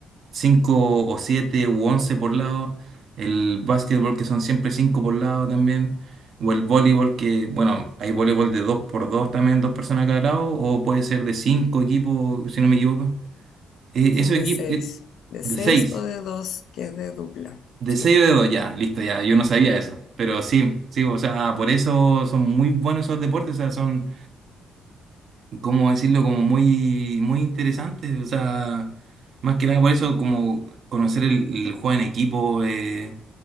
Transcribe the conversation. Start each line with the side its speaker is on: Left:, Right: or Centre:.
Right: 5 o 7 u 11 por lado, el básquetbol, que son siempre 5 por lado también, o el voleibol, que, bueno, hay voleibol de 2 por 2 también, dos personas cada lado, o puede ser de 5 equipos, si no me equivoco. Eh,
Left: Son
Right: esos
Left: de
Right: equipos,
Left: seis.
Right: eh,
Left: De
Right: de
Left: seis
Right: 6
Left: o de dos, que es de dupla.
Right: de
Left: Sí.
Right: 6 o de 2 ya, listo, ya, yo no sabía eso, pero sí, sí, o sea, por eso son muy buenos esos deportes, o sea, son ¿cómo decirlo? Como muy, muy interesante. O sea, más que nada por eso, como conocer el, el juego en equipo, eh,